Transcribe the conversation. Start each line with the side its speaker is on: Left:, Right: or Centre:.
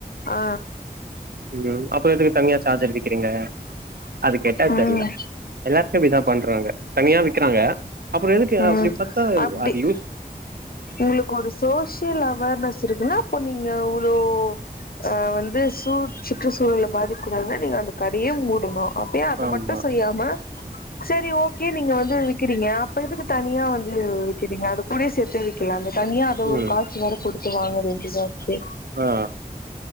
Left: ஆ
Right: ம் அப்போ எதுக்கு தனியா சார்ஜர் வெக்கிறீங்க அது கேட்டா தெர்ல
Left: ம்
Right: எல்லார்க்கு இப்டிதா பண்றாங்க தனியா விக்கிறாங்க அப்புறோ எதுக்கு அப்டி
Left: ம்
Right: பாத்தா ஒ
Left: அப்டி
Right: அது யூஸ்
Left: உங்களுக்கு ஒரு சோசியல் அவார்னஸ் இருக்குன்னா அப்போ நீங்க ஒரு ஓ ஆ வந்து சு சுற்றுச்சூழல பாதிக் கூடாதுனா நீங்க அந்த கடையே மூடணு அப்ப ஏ அத
Right: ஆமா
Left: மட்டு செய்யாம செரி ஓகே நீங்க வந்து விக்கிறீங்க அப்ப எதுக்கு தனியா வந்து வ விக்கிறீங்க அது கூடயே சேர்த்து வி க்கலாமே தனியா அத
Right: ம்
Left: ஒரு காசு வேற குடுத்து வாங்க வேண்டிதாருக்கு
Right: ஆ